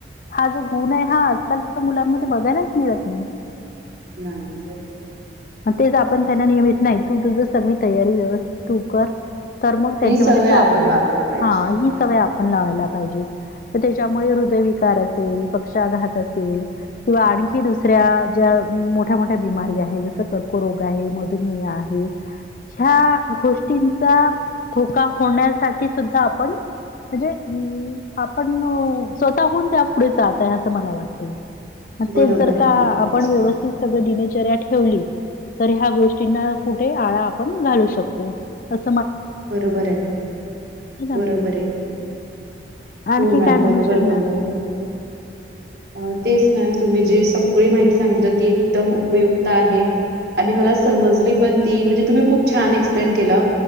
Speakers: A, on the left (about 45°); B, on the right (about 65°).
A: हा जो गुण आहे, हा आजकालच्या मुलांमध्ये बघायलाच मिळत नाही.
B: नाही बरोबर
A: म तेच आपण त्यांना नियमित नाही, तू तुझ सगळी तयारी व्यवस्थित तू कर तर मग त्यांच्यामध्ये
B: ही सवय
A: स्वावलंबन
B: आपण लावायला पाहिजे
A: हा ही
B: बरोबर
A: सवय आप पण लावायला पाहिजे त त्याच्यामुळे हृदयविकार असेल, पक्षाघात असेल किंवा आणखी दुसऱ्या ज्या मोठ्या मोठ्या बिमारी आहे जसं कर्करोग आहे, मधुमेह आहे. ह्या गोष्टींचा धोका होण्यासाठी सुद्धा आपण म्हणजे उम्म आपण स्वतःहून त्या पुढे जात आहे अस मला वाटते. म
B: बरोबर
A: तेच जर
B: आहे
A: का
B: मॅडम
A: आपण
B: तुमचं
A: व्यवस्थित सगळ दिनचर्या ठेवली. तर ह्या गोष्टींना कुठे आळा आपण घालू शकतो अस
B: बरोबर ये मॅम
A: है ना?
B: बरोबर ये
A: आणखी
B: हो मॅम
A: काय म्हणू
B: बरोबर
A: हम्म. शकणार?
B: बोल्ला तुम्ही अ तेच मॅम तुम्ही जी सगळी माहिती सांगितलं ती एकदम उपयुक्त आहे. आनी मला समजली पण ती म्हणजे तुम्ही खूप छान एक्सप्लेन केलं.